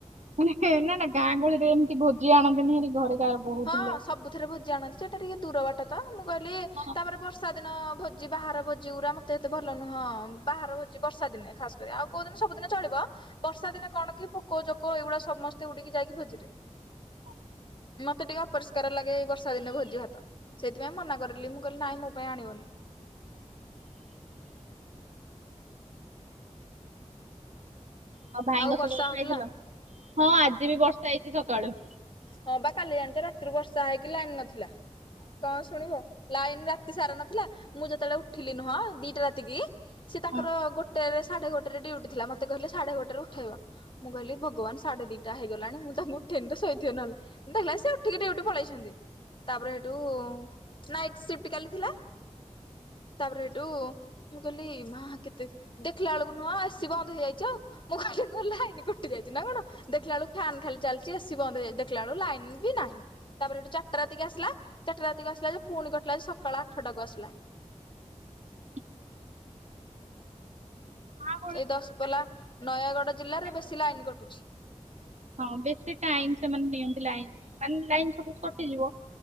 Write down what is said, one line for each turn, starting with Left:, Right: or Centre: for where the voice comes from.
Right: ମାନେ ନା ନା ଗାଁ ଗହଳିରେ ଏମିତି ଭୋଜି ଆଣନ୍ତେନି ହେରି ଘରେ କାହାର ବୋହୁ
Left: ହଁ
Right: ଥିଲେ
Left: ସବୁଥିରେ ଭୋଜି ଆଣନ୍ତି ସେଟା ଟିକେ ଦୂର ବାଟ ତ ମୁଁ କହିଲି
Right: ହଁ ହଁ
Left: ତାପରେ ବର୍ଷା ଦିନ ଭୋଜି ବାହାର ଭୋଜି ପୁରା ମତେ ଏତେ ଭଲ ନୁହଁ ବାହାର ଭୋଜି ବର୍ଷା ଦିନେ ଖାସ କରି ଆଉ କୋଉ ଦିନ ସବୁଦିନ ଚଳିବ। ବର୍ଷା ଦିନେ କଣ କି ପୋକ ଯୋକ ଏଇଗୁଡା ସମସ୍ତେ ଉଡିକି ଯାଇକି ଭୋଜିରେ।
Right: ହଁ।
Left: ମତେ ଟିକେ ଅପରିଷ୍କାର ଲାଗେ ଏଇ ବର୍ଷା ଦିନେ ଭୋଜି ଭାତ ସେଇଥିପାଇଁ ମନା କରିଲି ମୁଁ କହିଲି ନାଇଁ ମୋ ପାଇଁ ଆଣିବନି।
Right: <unintelligible> ଆଉ ଭାଇଙ୍କ
Left: ବର୍ଷା
Right: ସହିତ କଥା
Left: ହଉଥିଲା
Right: ହେଇଥିଲ। ହଁ ଆଜି ବି ବର୍ଷା ହେଇଛି ସକାଳୁ।
Left: ହଁ ବା କାଲି ଜାଣିଛ ରାତିରୁ ବର୍ଷା ହେଇକି ଲାଇନ ନଥିଲା କଣ ଶୁଣିବ ଲାଇନ ରା ତି ସାରା ନଥିଲା ମୁଁ ଯେତେବେଳେ ଉଠିଲି ନୁହଁ ଦିଟା ରାତିକି ସେ ତାଙ୍କର
Right: ହଁ।
Left: ଗୋଟେ ସାଢ଼େ ଗୋଟେରେ ଡିଉଟି ଥିଲା ମୋତେ କହିଲେ ସାଢ଼େ ଗୋଟେରେ ଉଠାଇବ। ମୁଁ କହିଲି ଭଗବାନ ସାଢ଼େ ଦିଟା ହେଇଗଲାଣି ମୁଁ ତାଙ୍କୁ ଠେନ ତ ଶୋଇଥିବେ ନହେଲେ ଦେଖିଲା ସେ ଉଠିକି ଡିଉଟି ପଳେଇଛନ୍ତି। ତାପରେ ଏଠୁ ନାଇଟ ସିଫ୍ଟ୍ କାଲି ଥିଲା। ତାପରେ ହେଠୁ ମୁଁ କହିଲି ମା କେତେ ଦେଖିଲା ବେଳକୁ ନୁହଁ ଏସି ବନ୍ଦ ହେଇଯାଇଛି ଆଉ। ମୁଁ କହିଲି ମୋ ଲାଇନ କଟି ଯାଇଛି ନା କଣ ଦେଖିଲା ବେଳକୁ ଫ୍ୟାନ୍ ଖାଲି ଚାଲି ଚି ଏସି ହେଇଯାଈ ବନ୍ଦ ଦେଖା ବେଳୁ ଲାଇନ ବି ନାହିଁ ତାପରେ ଏଠୁ ଚାରଟା ରାତିକି ଆସିଲା ଚାରଟା ରାତିକୁ ଆସିଲା ଯେ ପୁଣି କ ସକାଳ ଆଠଟାକୁ ଆସିଲା।
Right: <unintelligible> ଗାଁ ଗହଳି
Left: ଏଇ
Right: ଗୁଡାକ
Left: ଦଶପଲା
Right: ଲାଇନ କଟିଦେଲେ
Left: ନୟାଗଡ
Right: ବେଶୀ
Left: ଜିଲ୍ଲାରେ
Right: ଟାଇମ୍
Left: ବେଶୀ ଲାଇନ କଟୁଛି।
Right: ହଁ ବେଶୀ ଟାଇମ ସେମାନେ ନିଅନ୍ତି ଲାଇନ ମାନେ ଲାଇନ ସବୁ କଟିଯିବ